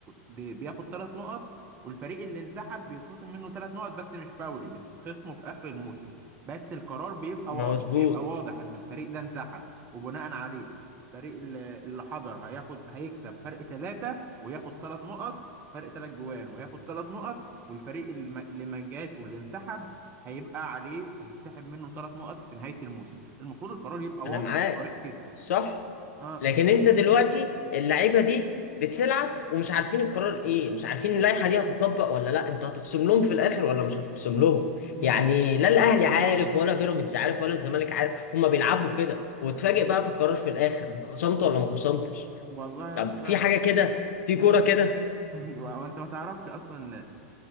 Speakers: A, on the right (about 25°); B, on the left (about 80°).
A: بي- بياخد ثلاث نقط والفريق اللي انسحب بيتخصم منه ثلاث نقط بس مش فوري بتتخصمه في اخر الموسم بس القرار بيبقى
B: مظبوط
A: واضح بيبقى واضح ان الفريق ده انسحب وبناء عليه الفريق اللي اللي حضر هياخد هيكسب فرق ثلاثة وياخد ثلاث نقط فرق ثلاث جوان وياخد ثلاث نقط والفريق اللي ما اللي ما جاش واللي انسحب هيبقى عليه هيتسحب منه ثلاث نقط في نهاية الموسم المفروض القرار يبقى
B: انا
A: واضح
B: معاك
A: وصريح كده
B: صح
A: اه
B: لكن انت دلوقتي اللعيبه دي بتلعب ومش عارفين القرار ايه مش عارفين اللائحه دي هتطبق ولا لا انت هتخصم لهم في الاخر ولا مش هتخصم لهم
A: مم.
B: يعني لا الاهلي عارف ولا بيراميدز عارف ولا الزمالك عارف هما بيلعبوا كده وتفاجئ بقى في القرار في الاخر انت خصمت ولا ما خصمتش
A: والله يا
B: طب
A: اسطى
B: في حاجه كده في
A: مم.
B: كوره كده
A: <laughs> وانت ما تعرفش اصلا